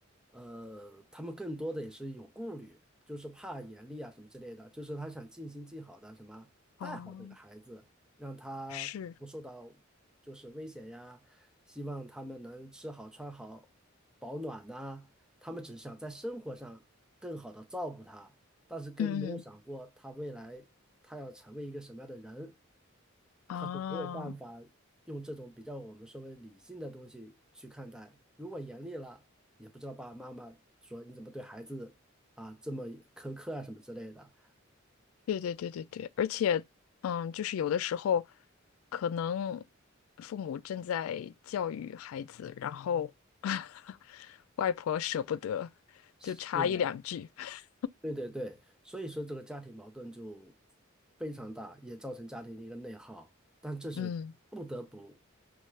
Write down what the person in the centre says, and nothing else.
呃，他们更多的也是有顾虑，就是怕严厉啊什么之类的，就是他想尽心尽好的什么带好这个孩子，
让他不受到就是危险呀，
希望他们能吃好穿好保暖呐、他们只是想在生活上更好的照顾他，但是跟没有想过他未来他要成为一个什么样的人，
他是没有办法用这种比较我们所谓理性的东西去看待。如果严厉了，也不知道爸爸妈妈说你怎么对孩子啊这么苛刻啊什么之类的。
是的，
对对对，所以说这个家庭矛盾就非常大，也造成家庭的一个内耗，但这是不得不